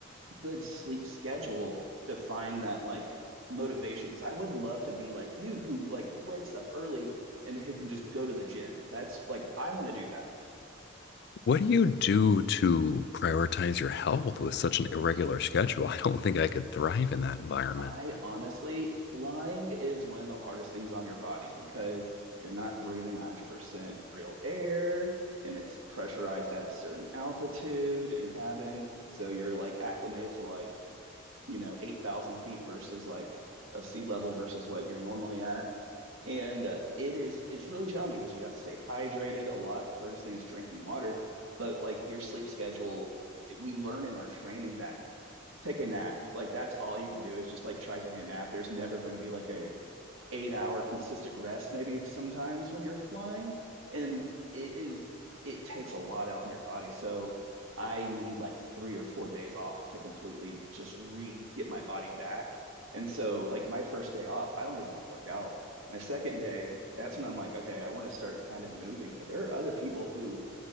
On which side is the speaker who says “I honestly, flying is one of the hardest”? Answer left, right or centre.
Right